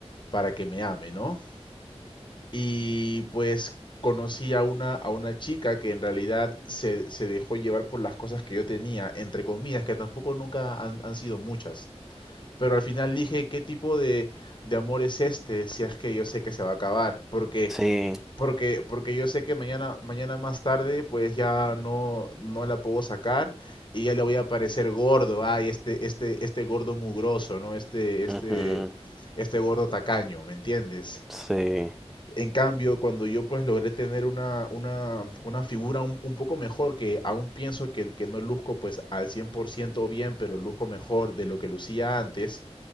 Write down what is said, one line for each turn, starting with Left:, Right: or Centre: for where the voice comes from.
Left: para que me ame, ¿no? Y pues conocí a una, a una chica que en realidad se, se dejó llevar por las cosas que yo tenía, entre comillas, que tampoco nunca han, han sido muchas. Pero al final dije, ¿qué tipo de, de amor es este si es que yo sé que se va a acabar? Porque
Centre: Sí,
Left: porque, porque yo sé que mañana, mañana más tarde, pues ya no, no la puedo sacar y ya le voy a parecer gordo. Ay, este, este, este gordo mugroso, ¿no? Este, este,
Centre: ujú,
Left: este gordo tacaño, ¿me entiendes?
Centre: sí.
Left: En cambio, cuando yo pues logré tener una, una, una figura un, un poco mejor, que aún pienso que, que no luzco pues al 100% bien, pero luzco mejor de lo que lucía antes,